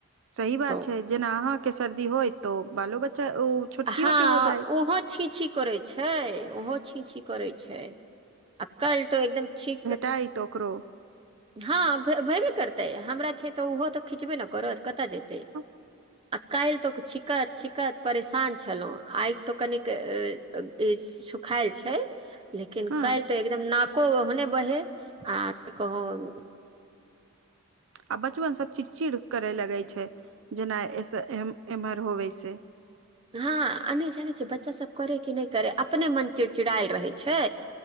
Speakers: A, on the right; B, on the right.
A: सही बात
B: तऽ
A: छै जेना अहाँके सर्दी होय तऽ बालो बच्चा ओ छोटकियो
B: हँ
A: के हो जायत
B: ओहो छीींछी करैत छै ओहो छिंछी करैत छै अक्कल तो एकदम चीक
A: जाइ तोकरो
B: हँ भेबे करतै हमरा छै तऽ ओहो तऽ खिचबे ने करत कतय जेतै
A: <inaudible>
B: आ काल्हि तक छिकत छिकत परेशान छलहुँ आई त कनिक त ई सुखायल छै लेकिन
A: हँ
B: काल्हि त एकदम नाको ओहने बहे आ की कहब
A: आ बचुअन सब चिड़चिड़ करे लगै छै जेना ऐस एम्हर होवे से
B: हँ आ नहि जानै छ बच्चा सब करे कि नहि करे अपने मन चिड़चिड़ायल रहै छै